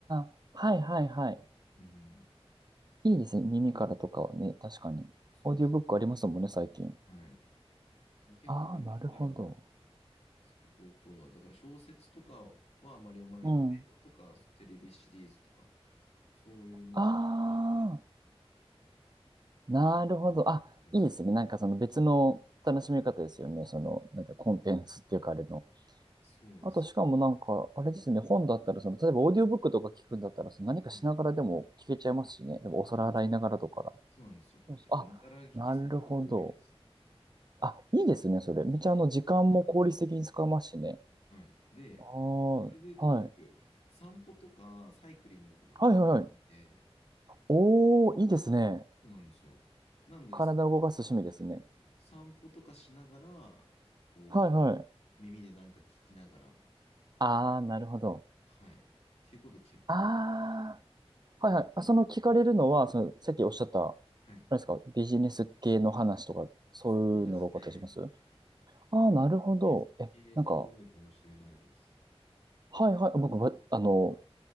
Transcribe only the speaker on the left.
うん、
そうですね。
はい。結構耳から
聞くことは、だから小説とかはまあまり読まないけど、
映画とかテレビシリーズとか、そういうものはやったり、
ね、
そうです。
はい。
そうですね。そうなんですよ。
結構、
ながら聞きすること多いです。
はい。
はい。で、
それで言うと僕、
散歩とかサイクリングとか結構見て、
そうなんですよ。なので、
その散歩とかしながら、こう、
耳でなんか聞きながら、
はい。っていうこと結構多い。
はい。
そうですね。
ビジネス系が多いかもしれないです。